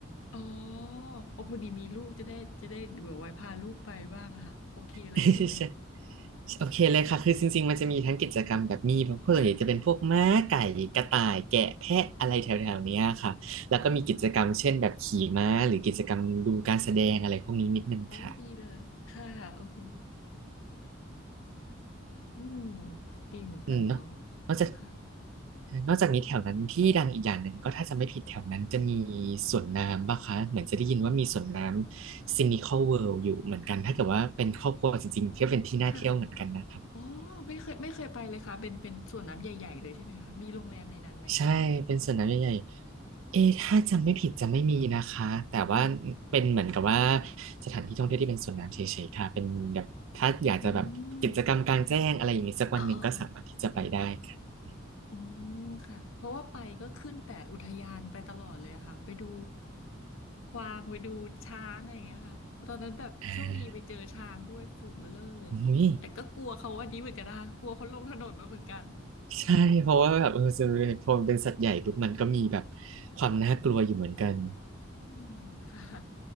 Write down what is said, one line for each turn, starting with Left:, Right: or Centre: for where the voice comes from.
Left: อ๋อโอ้พอดีมีลูกจะได้จะได้เบื่อไว้พาลูกไปบ้างอะค่ะโอเคเลยใช่ไหม
Right: <laughs> ใช่โอเคเลยค่ะ คือจริงๆ มันจะมีทั้งกิจกรรมแบบมีพวกส่วนใหญ่จะเป็นพวกม้าไก่กระต่ายแกะแพะอะไรแถวๆเนี้ยค่ะแล้วก็มีกิจกรรมเช่นแบบขี่ม้าหรือกิจกรรมดูการแสดงอะไรพวกนี้นิดนึงค่ะ
Left: ค่ะโอ้ดีเลยค่ะโอ้โหอืมดีเหมือนกันเนาะ
Right: อืมเนาะนอกจาก
Left: ค่ะ
Right: นอกจากนี้แถวนั้นที่ดังอีกอย่างหนึ่งก็ถ้าจะไม่ผิดแถวนั้นจะมีสวนน้ำป่ะคะเหมือนจะได้ยินว่ามีสวนน้ำซินิคอลเวิลด์อยู่เหมือนกันถ้าเกิดว่าเป็นครอบครัวจริงๆก็เป็นที่น่าเที่ยวเหมือนกันนะคะ
Left: ค่ะอ๋อไม่เคยไม่เคยไปเลยค่ะเป็นเป็นสวนน้ำใหญ่ๆเลยใช่ไหมคะมีโรงแรมในนั้นไหมอ่ะ
Right: ใช่เป็นสวนน้ำใหญ่ๆเอ๊ะถ้าจำไม่ผิดจะไม่มีนะคะแต่ว่า
Left: อ๋อ
Right: เป็นเหมือนกับว่าสถานที่ท่องเที่ยวที่เป็นสวนน้ำเฉยๆค่ะเป็นแบบถ้าอยากจะแบบกิจกรรมกลางแจ้งอะไรอย่างนี้สักวันหนึ่งก็สามารถที่จะไปได้ค่ะ
Left: อืมอ๋ออ๋อ อืมค่ะเพราะว่าไปก็ขึ้นแต่อุทยานไปตลอดเลยอะค่ะไปดูกวางไปดูช้างอะไรอย่างเงี้ยค่ะตอนนั้นแบบโชคดีไปเจอช้างด้วยฝูงเบ้อเร่อเลยแต่ก็กลัวเขาอันนี้เหมือนกันนะคะกลัวเขาลงถนนมาเหมือนกัน
Right: อ่าอุ้ยใช่เพราะว่าแบบเออพอมันเป็นสัตว์ใหญ่ปุ๊บมันก็มีแบบความน่ากลัวอยู่เหมือนกัน
Left: อืมค่ะ